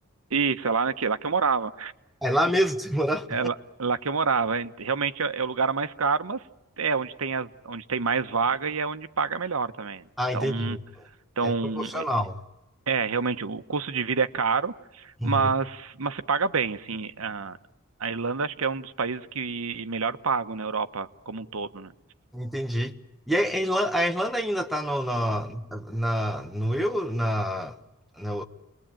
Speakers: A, on the right (about 80°); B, in the centre.
A: Isso, é lá, que, lá que eu morava.
B: É lá mesmo que você morava?
A: É lá, lá que eu morava. É, Realmente é, é o lugar mais caro, mas é onde tem, as, onde tem mais vaga e é onde paga melhor também.
B: Ah,
A: Então,
B: entendi.
A: então
B: É proporcional.
A: é, é, realmente, o custo de vida é caro,
B: Uhum,
A: mas, mas se paga bem, assim. A, a Irlanda acho que é um dos países que melhor pagam na Europa como um todo, né?
B: Entendi. E a Irla- a Irlanda, ainda está no, na, na, no euro, na, na,